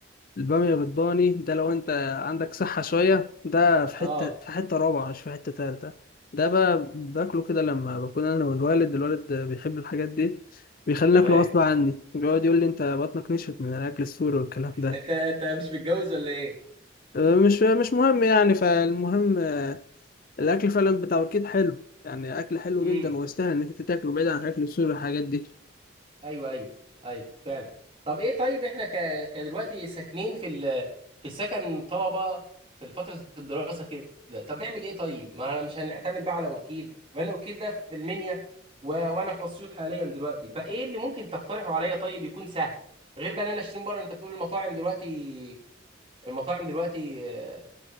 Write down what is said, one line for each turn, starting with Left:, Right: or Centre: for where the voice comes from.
Left: البامية بالضاني ده لو انت عندك صحة شوية ده في حتة
Right: اه
Left: في حتة رابعة مش في حتة تالتة ده بقى باكله كده لما بكون انا والوالد الوالد بيحب الحاجات دي بيخليني
Right: تمام
Left: اكله غصب عني بيقعد يقول لي انت بطنك نشفت من الاكل السوري والكلام ده
Right: انت انت مش متجوز ولا ايه
Left: أه، مش مش مهم يعني فالمهم أه، الاكل فعلا بتاع اوركيد حلو يعني اكل حلو
Right: امم
Left: جدا ويستاهل انك انت تاكله بعيد عن الاكل السوري والحاجات دي
Right: ايوه ايوه ايوه فعلا طب ايه طيب احنا ك... كدلوقتي ساكنين في ال... في السكن طلبه في فتره الدراسه كده طب نعمل ايه طيب ما انا مش هنعتمد بقى على اوركيد ما الاوركيد ده في المنيا و... وانا في اسيوط حاليا دلوقتي فايه اللي ممكن تقترحه عليا طيب يكون سهل غير بقى ان انا اشتري من بره انت بتقول المطاعم دلوقتي المطاعم دلوقتي آه،